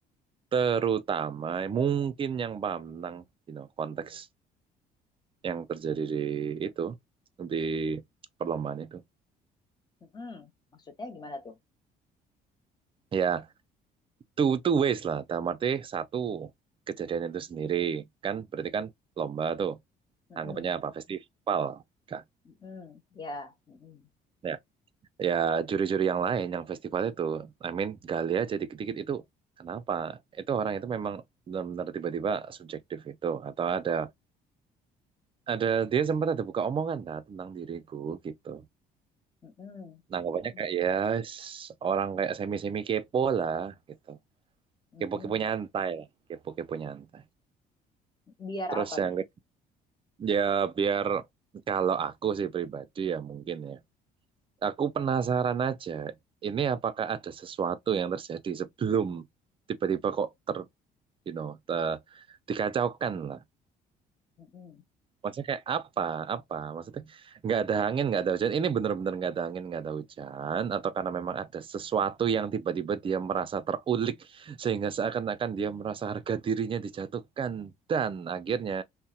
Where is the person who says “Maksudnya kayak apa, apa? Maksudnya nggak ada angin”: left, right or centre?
Right